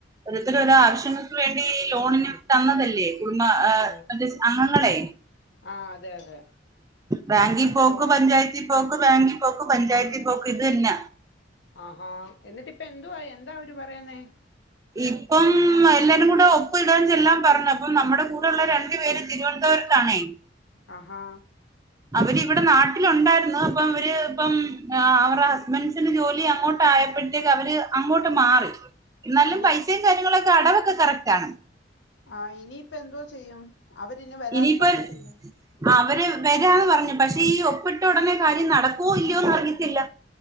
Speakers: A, on the right; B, on the left.
A: ഓരോരുത്തരു ഓരോ
B: അയ്യോ
A: ആവശ്യങ്ങൾക്ക് വേണ്ടി ഈ ലോണിന് തന്നതല്ലേ കുടുംബ്
B: ഓ
A: മറ്റേ അംഗങ്ങളെ
B: ആഹ് അതെ അതെ
A: ബാങ്കിൽ പോക്ക്
B: ഓ
A: പഞ്ചായത്തി പോക്ക് ബാങ്കിൽ പോക്ക് പഞ്ചായത്തിൽ പോക്ക് ഇതെന്നാ
B: ആഹാ എന്നിട്ട് ഇപ്പ എന്തുവായി എന്താ അവര് പറയുന്നേ
A: ഇപ്പം എല്ലാരും കൂടെ ഒപ്പ് ഇടാൻ ചെല്ലാൻ പറഞ്ഞു അപ്പം നമ്മുടെ കൂടെള്ള രണ്ടു പേരും തിരുവനന്തപുരം ത്താണെയ്
B: ആഹാ
A: അവരിവിടെ നാട്ടിലൊണ്ടായിരുന്ന് അപ്പൊ അവര് ഇപ്പം ആ ടെ ഹസ്ബൻസിന് ജോലി അങ്ങോട്ടയപ്പോഴത്തേക്ക് അവര് അങ്ങോട്ട് മാറി എന്നാലും
B: ഇനി
A: പൈസയും കാര്യങ്ങളൊക്കെ അടവൊക്കെ കറക്റ്റ് ആണ്
B: ആഹ ഇനിയിപ്പ എന്തോ ചെയ്യും അവരിനി വരാതെ
A: ഇനിയിപ്പൊ
B: പറ്റത്തില്ല
A: ആ അവര് വരാന്ന് പറഞ്ഞു പഷെ ഈ ഒപ്പിട്ട ഒടനെ കാര്യം നടക്കുവോ ഇല്ലയോന്ന് അറിയത്തില്ല